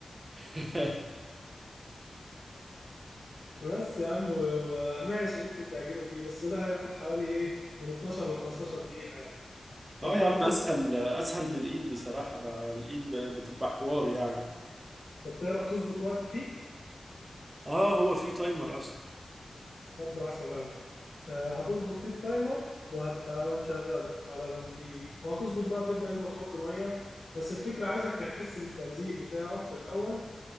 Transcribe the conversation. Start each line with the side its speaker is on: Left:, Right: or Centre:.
Right: <laughs>
Left: بس يا عم و- ماشي ممكن تعجنه فيه بس ده هياخد حوالي ايه من 12 ل 15 دقيقة يعني طب
Right: اه
Left: تعرف
Right: يا عم
Left: تظبط
Right: اسهل اسهل من الايد بصراحه ده الايد ب- بتبقى حوار يعني
Left: بتعرف تظبط وقت فيه
Right: اه هو في تايمر اصلا
Left: مبدأ عسل أوي آه، هتظبط فيه التايمر وهت... وهتشغله على الدقيق وهتظبط بقى تبدأ أنت تحط مية بس الفكرة عايزك تحس بالتلزيق بتاعه في الأول